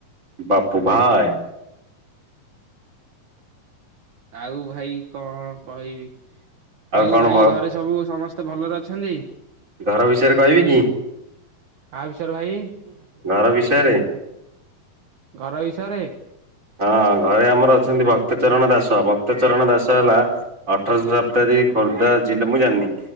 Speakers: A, on the right; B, on the right.
A: ବାପୁ ଭାଏ
B: ଆଉ ଭାଇ କଣ କହିବି ଆଉ
A: କଣ
B: ଭାଇ
A: ଭ
B: ଘରେ ସବୁ ସମସ୍ତ ଭଲରେ ଅଛନ୍ତି।
A: ଘର ବିଷୟରେ କହିବି କି?
B: କାହା ବିଷୟରେ ଭାଇ
A: ଘର ବିଷୟରେ
B: ଘର ବିଷୟରେ
A: ହଁ ଘରେ ଆମର ଅଛନ୍ତି ଭକ୍ତ ଚରଣ ଦାସ ଭକ୍ତ ଚରଣ ଦାସ ହେଲା ଅଠରଶ ଶତାଦୀ ଖୋର୍ଦ୍ଧା ଜିଲ୍ଲା, ମୁଁ ଜାଣିନି